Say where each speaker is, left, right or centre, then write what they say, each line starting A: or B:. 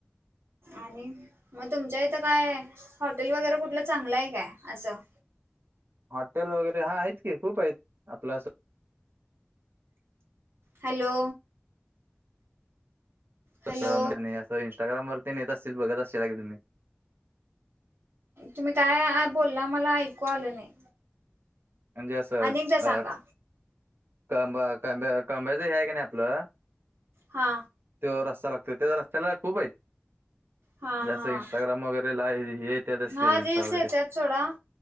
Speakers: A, on the right; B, on the right.
A: आणि मग तुमच्या इथं काय हॉटेल वगैरे कुठलं चांगलं आहे काय असं?
B: हॉटेल वगैरे हा आहेत. की खूप आहेत आपलं
A: हॅलो हॅलो
B: तं म्हणजे असं इंस्टाग्रामरती नेत असतील. बघत असेल का की तुम्ही?
A: तुम्ही काय बोलला मला ऐकू आलं नाही.
B: म्हणजे असं
A: अनेकदा सांगा
B: अ कांबा कांब कांब्याच आहे. कानी आपलं
A: हा
B: तो रस्ता लागतो. त्या रस्त्याला खूप आहेत.
A: हां
B: म्हणजे अस
A: हां
B: इंस्टाग्राम वगैरे ला हे की
A: हा
B: रील्स वगैरे
A: येतात सोडा